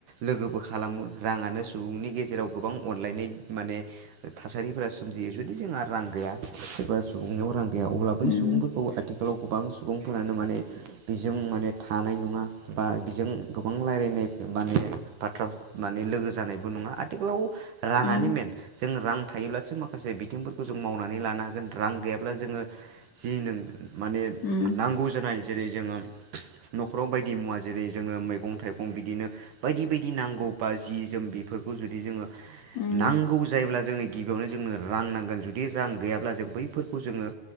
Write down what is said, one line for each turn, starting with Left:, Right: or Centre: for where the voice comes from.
Right: लोगोबो खालामो राङानो सुबुंनि गेजेराव गोबां अनलायनाय माने थासारिफोरा सोमजियो जुदि जोंहा रां गैया सोरबा सुबुंनियाव रां गैया अब्ला बै
Left: उम
Right: सुबुंफोरखौ आथिखालाव गोबां सुबुंफोरा माने बेजों माने थानाय नङा बा बेजों गोबां रायज्लानाय माने बाथ्रा माने लोगो जानायबो नङा आथिखालाव राङानो
Left: उम
Right: मेन जों रां थायोब्लासो माखासे बिथिंफोरखौ जों मावनानै लानो हागोन रां गैयाब्ला जोङो जि नों माने
Left: उम
Right: नांगौ जानाय जेरै जोङो न'खराव बायदि मुवा जेरै जोङो मैगं थाइगं बिदिनो बायदि बायदि नांगौबा जि जोम फोरखौ जुदि जोङो
Left: उम
Right: नांगौ जायोब्ला जोंनि गिबियावनो जोंनो रां नांगोन जुदि रां गैयाब्ला जों बैफोरखौ जोङो